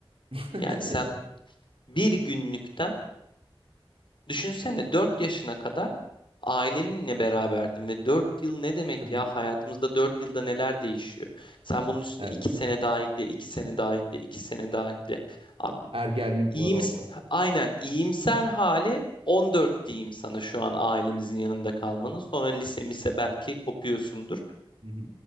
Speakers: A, on the right (about 75°); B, on the left (about 60°).
A: <laughs>
B: Yani sen bir günlükten düşünsene 4 yaşına kadar aileninle beraberdin ve 4 yıl ne demek
A: Tabii
B: ya
A: ki.
B: hayatımızda 4 yılda neler değişiyor? Sen bunun üstüne
A: Evet.
B: 2 sene daha ekle, 2 sene daha ekle, 2 sene daha ekle. Abi
A: Ergenlik
B: iyims
A: var orada.
B: aynen iyimser hali 14 diyeyim sana şu an ailemizin yanında kalmanın. Sonra lise mise belki kopuyorsundur.
A: Hı hı.